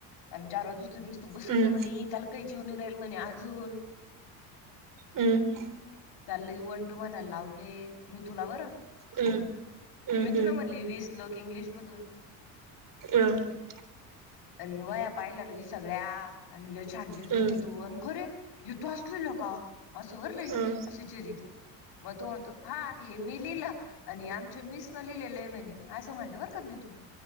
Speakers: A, on the left; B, on the right.
A: आणि चार वाजुस्तर नुसतं बसत
B: हम्म
A: म्हणे, त्याला काहीच इऊन राहिल म्हणे अजून.
B: हम्म
A: त्याला लय वन टु म्हणायला लावले म्हणे, मी तुला बरं
B: हम्म हम्म
A: मी
B: हम्म
A: तुला म्हणली वीस लोक इंग्लिशमधून.
B: हम
A: अन वाया पाहिल्या लगी सगळ्या, अन लय् छान लिहितो
B: हम्म
A: मी तू अन खरे हि तौच लिहला का? <unintelligible> असं
B: अ
A: विचरी ती मग तो म्हणतो हा हे मी लिहिलं आणि आमचे मिस न लिहिलेले आहे म्हणे, असं म्हणलं बरं का मीतु,